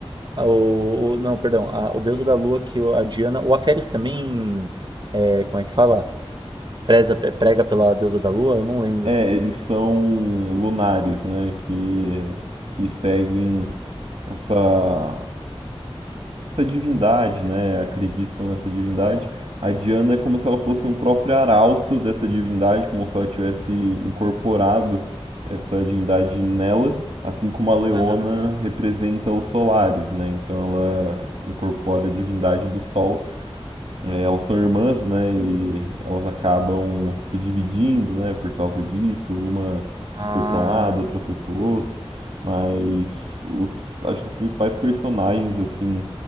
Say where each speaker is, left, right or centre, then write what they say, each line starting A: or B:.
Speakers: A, on the right; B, on the right.
A: a- o, o- não, perdão, a, o deusa da lua que o- a Diana, o Aférios também, é, como é que fala? Preza, prega pela deusa da lua? Eu não lembro.
B: é, eles são lunares, né, que, que seguem essa essa divindade, né? Acreditam nessa divindade. A Diana é como se ela fosse um próprio arauto dessa divindade, como se ela tivesse incorporado essa divindade nela, assim como a Leona
A: Aham.
B: representa os solares, né? Então ela incorpora a divindade do sol. É, elas são irmãs, né? E elas acabam se dividindo, né? Por causa disso, uma
A: Ah,
B: foi para um lado, outra foi para o outro. Mas os, acho que os principais personagens assim